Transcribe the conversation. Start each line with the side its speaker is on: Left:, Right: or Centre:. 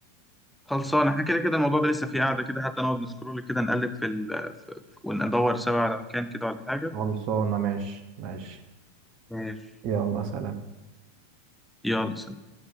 Centre: خلصانة احنا كده كده الموضوع ده لسه فيه قاعدة كده حتى نقعد نسكرول كده نقلب في, ال... في... في... وندور سوا على مكان كده ولا حاجة
Right: خلصانة ماشي ماشي
Centre: ماشي
Right: يلا سلام
Centre: يلا سلام